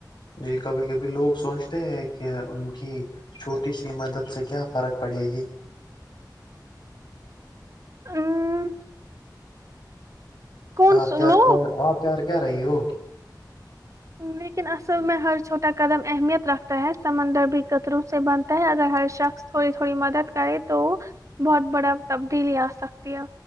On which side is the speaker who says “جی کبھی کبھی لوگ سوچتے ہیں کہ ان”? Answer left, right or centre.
Left